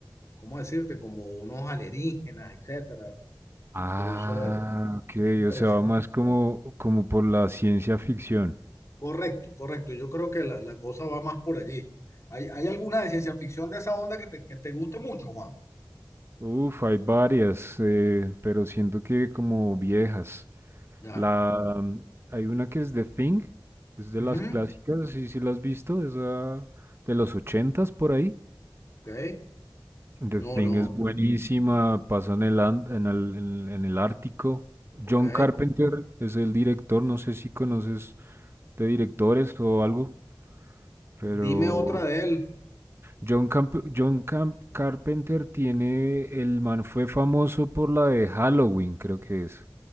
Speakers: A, on the left; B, on the right.
A: ¿cómo decirte? Como unos alienígenas, etcétera.
B: Ah,
A: Entonces,
B: ok,
A: es interesante.
B: o sea, va más como, como por la ciencia ficción.
A: Correcto, correcto. Yo creo que la, la cosa va más por allí. ¿Hay, hay alguna de ciencia ficción de esa onda que te, que te guste mucho, Juan?
B: Uf, hay varias, eh, pero siento que como viejas.
A: Ya.
B: La, mm, hay una que es The Thing, es de
A: Ujú.
B: las clásicas, sí, sí la has visto, esa de los ochentas por ahí.
A: Ok.
B: The
A: No,
B: Thing
A: no.
B: es Ujú. buenísima, pasa en el, an- en el, en en el Ártico.
A: Ok.
B: John Carpenter es el director, no sé si conoces de directores o algo, pero
A: Dime otra de él.
B: John, Camp- John Camp- Carpenter tiene, el man fue famoso por la de Halloween, creo que es.